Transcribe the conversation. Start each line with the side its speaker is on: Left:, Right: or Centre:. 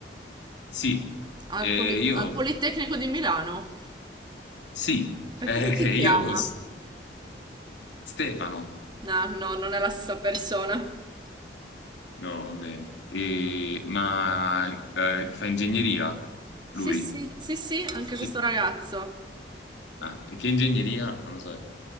Left: Sì,
Right: al,
Left: eh,
Right: Poli-
Left: io...
Right: al Politecnico di Milano.
Left: Sì,
Right: E
Left: eh,
Right: come si chiama?
Left: <laughs> io... S- Stefano.
Right: No, no, non è la stessa persona.
Left: No, vabbè. E- ma eh, fa ingegneria
Right: Sì,
Left: lui?
Right: sì, sì, sì, anche questo
Left: Che-
Right: ragazzo.
Left: Ah, e che ingegneria? Non lo so.